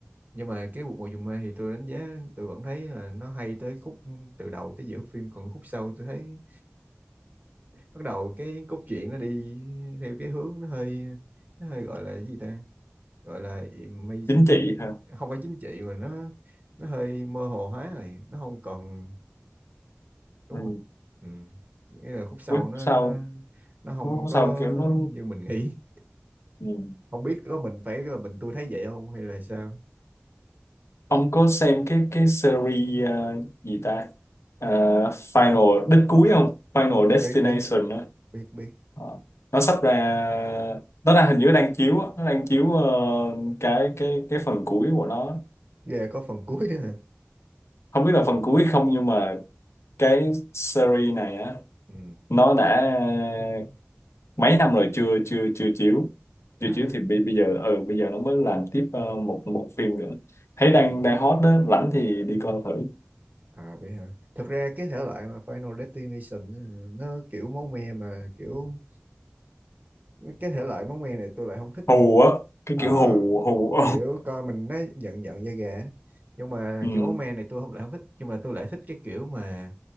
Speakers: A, on the right; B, on the left.
A: nhưng mà cái Cuộc Mùa Trùng Ma thì tôi đánh giá tôi vẫn thấy là nó hay tới khúc từ đầu tới giữa phim còn khúc sau tôi thấy bắt đầu cái cốt truyện nó đi theo cái hướng nó hơi nó hơi gọi là cái gì ta gọi là amazing
B: chính trị hả
A: không phải chính trị mà nó nó hơi mơ hồ hóa rồi nó không còn đúng
B: ừ.
A: không ừ. nghĩa là khúc sau
B: Cuối
A: nó
B: sau
A: nó nó không
B: cuối
A: có
B: sau kiểu nó
A: như mình nghĩ
B: Ừ.
A: không biết có mình phải là mình tôi thấy vậy không hay là sao
B: Ông có xem cái cái series ờ, gì ta Ờ, Final đích cuối không Final
A: biết
B: Destination
A: biết biết
B: đó.
A: biết biết
B: Ờ, nó sắp ra nó đang hình như đang chiếu á. nó đang chiếu ờ, cái cái cái phần cuối của nó
A: ghê có phần cuối nữa hả
B: không biết là phần cuối không nhưng mà cái series này á
A: ừ.
B: nó đã ờ, mấy năm rồi chưa chưa chưa chiếu chưa
A: à
B: chiếu thì bi- bây giờ ừ bây giờ nó mới làm tiếp ờ, một một phim nữa thấy
A: ừ.
B: đang đang hot đó rảnh thì đi coi thử
A: à vậy hả thật ra cái thể loại mà Final Destination á, nó kiểu máu me mà kiểu cái thể loại máu me này tôi lại không thích
B: hù
A: nha
B: á cái
A: à
B: kiểu hù hù
A: kiểu coi mình nó giận giận da gà á. nhưng mà
B: <laughs> ừ.
A: kiểu máu me này tôi không lại không thích nhưng mà tôi lại thích cái kiểu mà